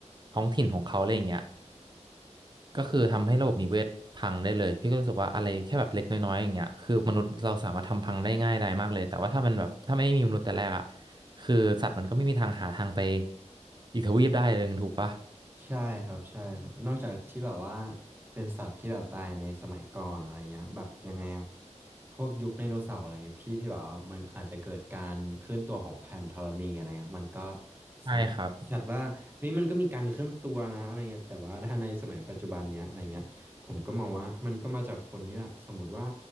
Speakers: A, on the right (about 35°); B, on the right (about 15°).
A: ท้องถิ่นของเขาอะไรอย่างเงี้ยก็คือทำให้ระบบนิเวศพังได้เลยพี่ก็รู้สึกว่าอะไรแค่แบบเล็กน้อยๆอย่างเงี้ยคือมนุษย์เราสามารถทำพังได้ง่ายได้มากเลยแต่ว่าถ้ามันแบบถ้าไม่มีมนุษย์แต่แรกอ่ะคือสัตว์มันก็ไม่มีทางหาทางไปอีกทวีปได้เลยถูกปะ
B: ใช่ครับใช่ครับนอกจากที่แบบว่าเป็นสัตว์ที่แบบตายในสมัยก่อนอะไรเงี้ยแบบยังไงอะพวกยุคไดโนเสาร์อะไรเงี้ยพี่ที่แบบว่ามันอาจจะเกิดการเคลื่อนตัวของแผ่นธรณีอะไรเงี้ยมันก็
A: ใช่ครับ
B: สามารถชัดว่าเฮ้ยมันก็มีการเคลื่อนตัวนะอะไรเงี้ยแต่ว่าถ้าในสมัยปัจจุบันเนี้ยอะไรเงี้ยผมก็มองว่ามันก็มาจากคนนี่แหละสมมติว่า